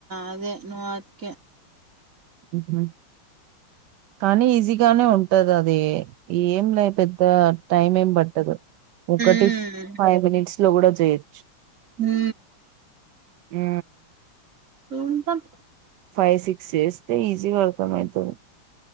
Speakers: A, on the right (about 35°); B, on the right (about 70°).
A: అదే నువ్వత్కే
B: ఉహూ కానీ ఈజీగానే ఉంటది అది ఏం లే పెద్ద టైమ్ ఏం పట్టదు ఒకటి
A: మ్మ్
B: ఫైవ్ మినిట్స్ లోగుడ చేయచ్చు
A: మ్
B: ఆ
A: చూద్దాం
B: ఫైవ్ సిక్స్ చేస్తే ఈజీ గా అర్థమయితది